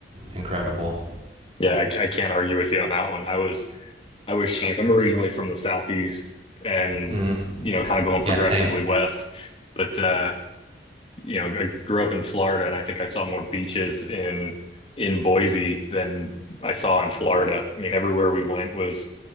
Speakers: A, on the right; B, on the left.
A: incredible.
B: Yeah, I, I can't argue with you on that one. I was I was like, I'm originally from the southeast and
A: Mm,
B: you know kind of going
A: yeah,
B: progressively
A: same.
B: west but uh you know I grew up in Florida and I think I saw more beaches in in Boise than I saw in Florida I mean everywhere we went was